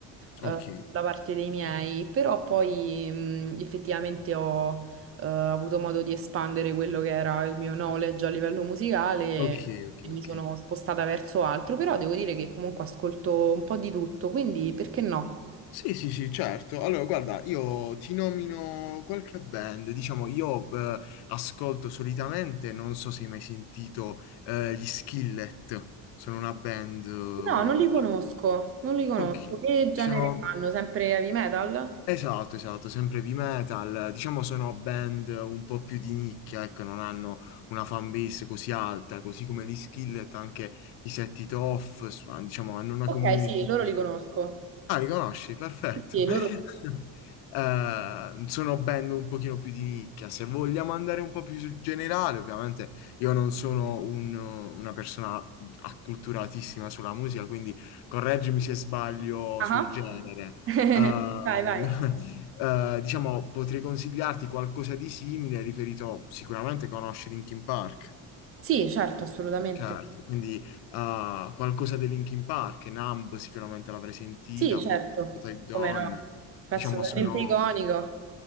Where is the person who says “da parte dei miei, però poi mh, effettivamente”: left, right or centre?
Right